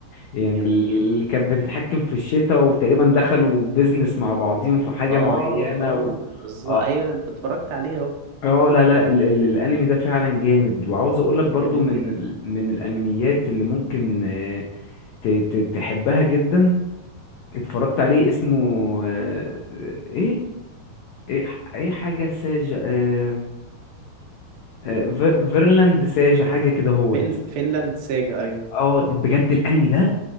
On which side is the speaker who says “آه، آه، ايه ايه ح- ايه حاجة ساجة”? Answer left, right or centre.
Left